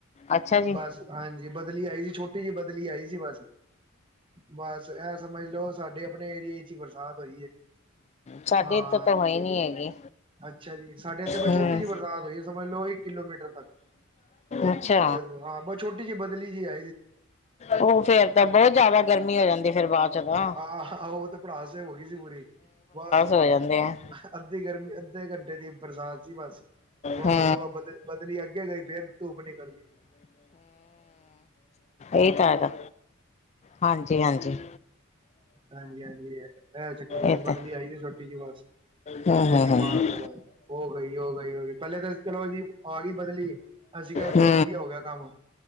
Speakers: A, on the left (about 30°); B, on the right (about 25°).
A: ਅੱਛਾ ਜੀ
B: ਬਸ ਹਾਂਜੀ ਬਦਲੀ ਆਈ ਸੀ, ਛੋਟੀ ਜਿਹੀ ਬਦਲੀ ਆਈ ਸੀ ਬਸ ਬਸ ਐ ਸਮਝ ਲਓ। ਵੀ ਆਪਣੇ ਏਰੀਏ ਚ ਬਰਸਾਤ ਐ
A: ਸਾਡੇ
B: ਹਾ,
A: ਇੱਧਰ ਤਾਂ ਹੋਈ ਨੀ ਹੈਗੀ
B: ਅੱਛਾ ਜੀ। ਸਾਡੇ ਐਥੇ
A: ਹੂੰ
B: ਛੋਟੇ, ਸਮਝ ਲਓ, ਕਿਲੋਮੀਟਰ ਤੱਕ
A: ਅੱਛਾ
B: ਬਸ ਹਾਂ ਕੋਈ ਛੋਟੀ ਜਿਹੀ ਬਦਲੀ ਜੀ ਐ
A: ਉਹ ਫੇਰ ਤਾਂ ਬਹੁਤ ਜਿਆਦਾ ਗਰਮੀ ਹੋ ਜਾਂਦੀ ਫਿਰ ਬਾਅਦ ਚ ਤਾ,
B: ਆਹ ਉਹ ਤੇ ਭੜਾਸ ਹੋ ਗਈ ਸੀ, ਬੜੀ ਬਹੁਤ ਸਵਾ
A: ਹੋ ਜਾਂਦੇ ਆ
B: ਅੱਧੀ ਗਰਮੀ ਅੱਧੇ ਘੰਟੇ ਬਸਾਦ ਜੀ ਬਸ, ਬਹੁਤ
A: ਹੂੰ
B: ਸਵਾ ਬੰਦੇ ਨੂੰ ਬਦਰੀ ਅੱਗੇ ਗਈ ਫਿਰ ਧੂਫ ਨੀ ਕਰਦੀ।
A: ਇਹ ਤਾਂ ਹੈਗਾ ਹਾਂਜੀ-ਹਾਂਜੀ,
B: ਹਾਂਜੀ-ਹਾਂਜੀ, ਐ ਤਾ ਕਰਿਆ
A: ਇਹ ਤਾਂ
B: ਬਦਲੀ ਆਈ ਸੀ ਮਾੜੀ ਮੋਟੀ ਜੀ ਅੱਜ
A: ਹੂੰ ਹੂੰ
B: ਮੇਵਾ
A: ਹੂੰ
B: ਔ ਗਈ ਔ ਗਈ। ਤੇ ਪਹਿਲੇ ਤਾਂ ਚਲੋ ਜੀ ਆ ਗਈ ਬਦਲੀ, ਅਸੀਂ ਕਿਹਾ
A: ਹੂੰ
B: ਚਲੋ ਵਧੀਆ ਹੋ ਗਿਆ ਕੰਮ,